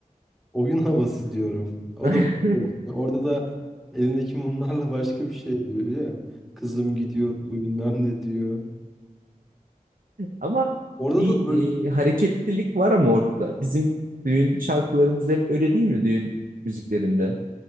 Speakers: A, in the centre; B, on the right.
A: Oyun havası diyorum. O
B: <laughs>
A: da boş olsun. Orada da elindeki mumlarla başka bir şey diyor ya. Kızım gidiyor diyor, bilmem ne diyor.
B: Ama
A: Orada
B: bir
A: da du-
B: e, hareketlilik var ama orada. Bizim düğün şarkılarımız hep böyle değil mi düğün müziklerinde?